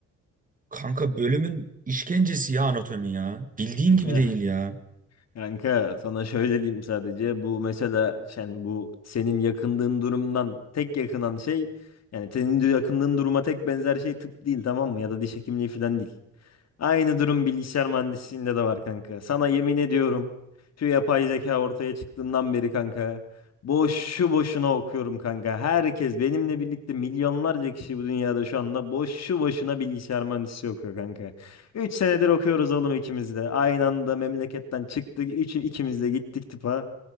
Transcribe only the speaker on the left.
<laughs>
Kanka sana şöyle diyeyim sadece bu mesela yani bu senin yakındığın durumdan tek yakınan şey yani senin de yakındığın duruma tek benzer şey tıp değil tamam mı ya da diş hekimliği falan değil. Aynı durum bilgisayar mühendisliğinde de var kanka. Sana yemin ediyorum. Şu yapay zeka ortaya çıktığından beri kanka. Boşu boşuna okuyorum kanka. Herkes benimle birlikte milyonlarca kişi bu dünyada şu anda boşu boşuna bilgisayar mühendisliği okuyor kanka. 3 senedir okuyoruz oğlum ikimiz de. Aynı anda memleketten çıktık. Üçü, ikimiz de gittik tıpa.